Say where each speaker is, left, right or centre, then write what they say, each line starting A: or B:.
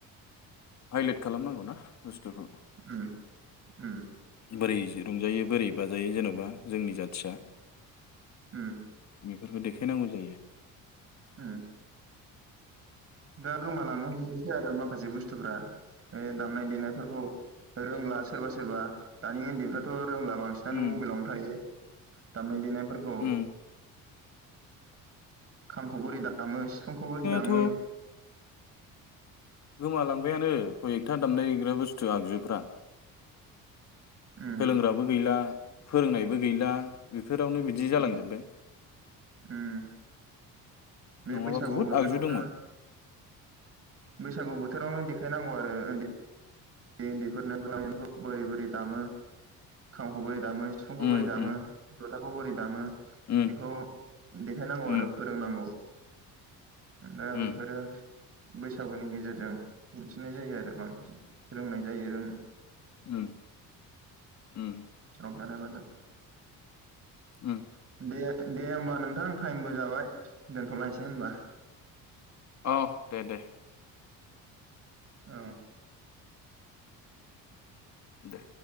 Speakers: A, on the left; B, on the right.
A: हाइलाइट खालामनांगौना बुस्थुखौ।
B: उम उम।
A: बोरै रंजायो बोरै बाजायो जेन'बा जोंनि जाथिया
B: उम।
A: बेफोरखौ देखायनांगौ जायो
B: ओम। दा गोमालांनो हमदोंसै आरो माखासे बुस्थुफ्रा बे दामनाय देनायफोरखौ रोंला सोरबा सोरबा दानि उन्दैफ्राथ' रोंला बांसिनानो
A: उम
B: मबाइलावनो थायो दामनाय देनायफोरखौ
A: उम
B: खामखौ बोरै दामो सिफुंखौ बोरै दामो
A: थ' गोमालांबायानो खय एकथा दामग्रा- देग्रा बुस्थु आगजुफ्रा
B: उम
A: सोलोंग्राबो गैला फोरोंनायबो बो गैला बेफोरावनो बिदि जालांजोब्बाय
B: उम उम बे
A: नङाबा
B: बैसागु
A: बहुत
B: बोथोरावनो
A: आगजु दंमोन
B: बैसागु बोथोरावनो देखायनांगौ आरो उन्दै उन्दैफोरनो लाइनखौ बोरै बोरै दामो खामखौ बोरै दामो सिफुंखौ
A: उम
B: बोरै दामो
A: उम
B: जथाखौ बोरै दामो
A: उम
B: बेखौ देखायनांगौ
A: उम
B: आरो फोरोंनांगौ दा
A: उम
B: बेफोरो बैसागुनि गेजेरजों दिन्थिनाय जायो आरो बांसिन रोंनाय जायो रों
A: उम। उम
B: रंजानाय-बाजा
A: ओ
B: दे दे होमबा नोंथां टाइमबो जाबाय दोनथ'लायसै होमबा
A: औ दे दे।
B: औ।
A: दे